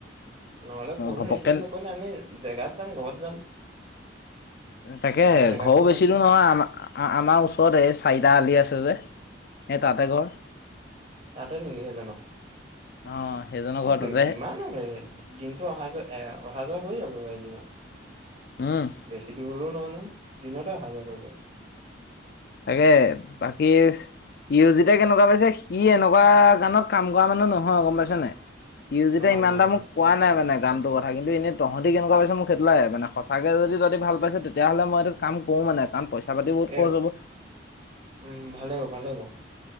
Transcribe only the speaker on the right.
নহ'লে ফোন
ৰিচিভ নকৰিলে আমি জেগাত যাম ঘৰত যাম
একেবাৰে জেগাত
কণ্টেক্ট
কৰিম
তাতে নেকি সেইজনো
ব
কিমান আৰু দিনটো অহা যোৱা এ অহা যোৱা হৈ যাব এদিনত <inaudible>
বেছি দূৰ হলেও নহয় নহয় দিনতে অহা যোৱা কৰিব পাৰি।
নহয়
নহয়
নহয়
এ
উম ভালে হব ভালে হব।